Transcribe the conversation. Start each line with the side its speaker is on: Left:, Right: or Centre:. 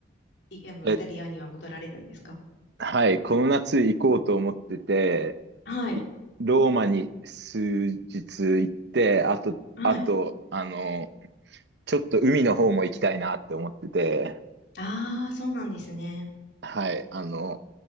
Left: い、あの、
Right: えっ
Left: イタリアには戻られるんですか
Right: はい、この夏行こうと思ってて、
Left: はい。
Right: いローマに数日行って、あと、
Left: はい。
Right: あと、あの、ちょっと海の方も行きたいなって思ってて、
Left: ああ、そうなんですね。
Right: はい、あの、